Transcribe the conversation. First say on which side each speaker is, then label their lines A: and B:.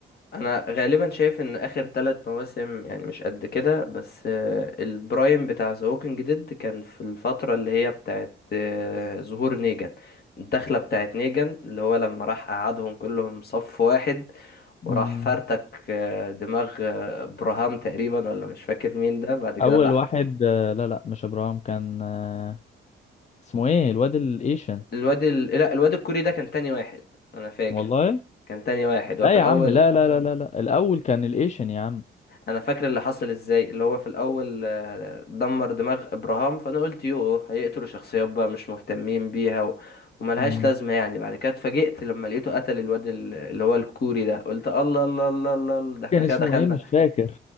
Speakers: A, on the left; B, on the left.
A: أنا غالبا شايف إن آخر ثلاث مواسم يعني مش قد كده بس آه البرايم بتاع ذا ووكينج ديد كان في الفترة اللي هي بتاعت آه ظهور نيجان الدخلة بتاعت نيجان اللي هو لما راح قعدهم كلهم صف واحد
B: مم.
A: وراح فرتك آه، دماغ آه، براهام تقريبا ولا مش فاكر مين ده بعد كده
B: أول
A: راح
B: واحد آه، لا لا مش إبراهيم كان آه، اسمه إيه الواد الإيشن
A: الواد ال... لا الواد الكوري ده كان تاني واحد انا فاكر
B: والله
A: كان تاني واحد
B: لا
A: هو في الاول
B: يا عم لا لا لا لا لا الأول كان الإيشن يا عم
A: انا فاكر اللي حصل ازاي اللي هو في الاول آه، دمر دماغ ابراهام فانا قلت يوه هيقتلوا شخصيات بقى مش مهتمين بيها و... وملهاش
B: مم.
A: لازمه يعني بعد كده اتفاجئت لما لقيته قتل الواد ال- اللي هو الكوري ده قلت الله الله الله الله الله، ده احنا
B: كان
A: كده
B: اسمه
A: دخلنا
B: إيه مش فاكر